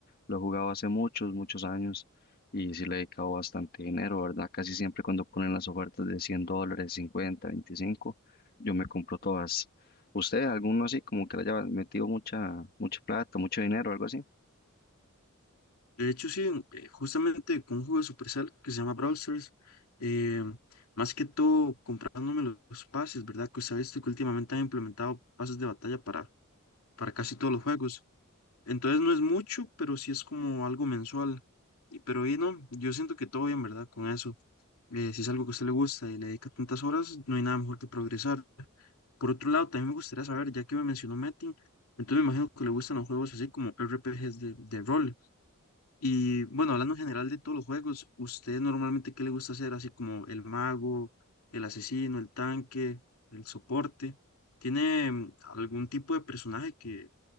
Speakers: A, on the left (about 45°); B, on the left (about 80°).
A: Lo he jugado hace muchos, muchos años y sí le he dedicado bastante dinero, ¿verdad? Casi siempre cuando ponen las ofertas de 100 dólares, cincuenta veinticinco yo me compro todas. ¿Usted, alguno así, como que le haya metido mucha, mucha plata, mucho dinero, algo así?
B: De hecho, sí, eh, justamente con un juego de Supercell que se llama Brawl Stars, eh, más que todo comprándome los, los pases, ¿verdad? Que usted ha visto que últimamente han implementado pases de batalla para, para casi todos los juegos. Entonces no es mucho, pero sí es como algo mensual. Y- Pero ahí no, yo siento que todo bien, ¿verdad? Con eso. Eh, si es algo que a usted le gusta y le dedica tantas horas, no hay nada mejor que progresar. Por otro lado, también me gustaría saber, ya que me mencionó Metin, entonces me imagino que le gustan los juegos así como RPGs de, de rol. Y bueno, hablando en general de todos los juegos, ¿usted normalmente qué le gusta hacer? Así como el mago, el asesino, el tanque, el soporte. ¿Tiene mm, algún tipo de personaje que,